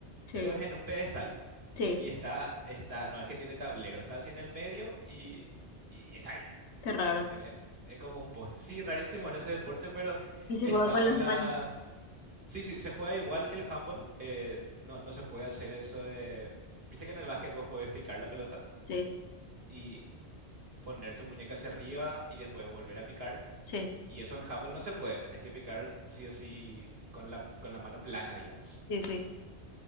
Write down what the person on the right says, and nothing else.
pero es en un pedestal.
Y está, está, no es que tiene tablero, está así en el medio y, y está ahí.
en el- en- es como un poste. Sí, rarísimo era ese deporte, pero
estaba
en
la... Sí, sí, se juega igual que el handball. eh, no, no se puede hacer eso de... Viste que en el básquet vos podés picar la pelota
y poner tu muñeca hacia arriba y después volver a picar.
Y eso en handball no se puede, tenés que picar sí o sí con la, con la mano plana, digamos.